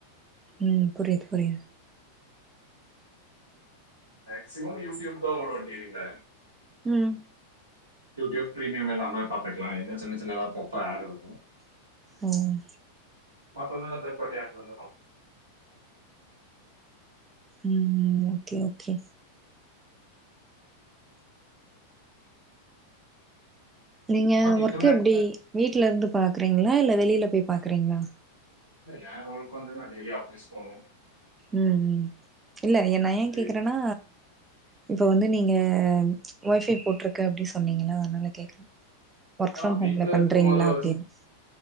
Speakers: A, on the right; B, on the right.
A: ம் புரியுது புரியது
B: மேக்சிமம் யூடியூப் தா ஓடு டி வி ல
A: ம்
B: யூடியூப் ப்ரீமியம் இல்லாமலே பாத்துக்கலா என்ன சின்ன சின்னதா அப்பப்ப ஆடு வரு
A: ம்
B: மத்ததெல்லா தென்பட்டியாக் வந்துரு
A: ம் ம் ஓகே ஓகே நீங்க
B: பட்
A: ஒர்க்
B: இன்டர்நெட்
A: எப்டி வீட்ல இருந்து பாக்குறீங்களா இல்ல வெளில போய் பாக்குறீங்ளா
B: இல்ல ஏ வொர்க் வந்து என்னனா டெய்லி ஆஃபிஸ் போணு
A: ம் ம் இல்ல இது எ நா ஏ
B: டெய்லி
A: கேக்குறனா இப்ப வந்து நீங்க ஒய்ஃபை போட்ருக்க அப்டி சொன்னீங்களா அதனால கேக்கறே ஒர்க் ஃப்ரம்
B: ஆ
A: ஹோம்ல
B: வீட்ல
A: பண்றீங்ளா
B: இருக்கும்போது ஒரு
A: அப்டின்னு